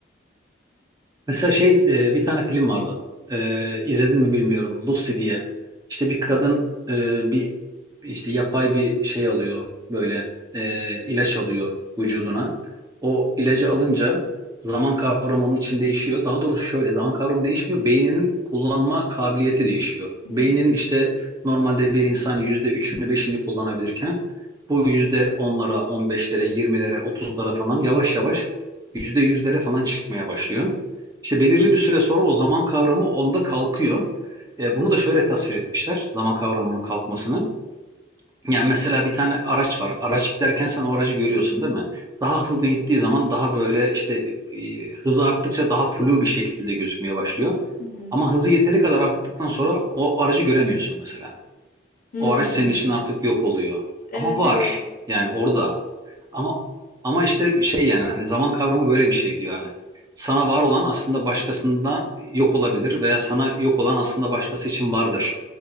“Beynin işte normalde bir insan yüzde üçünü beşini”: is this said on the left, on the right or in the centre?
Right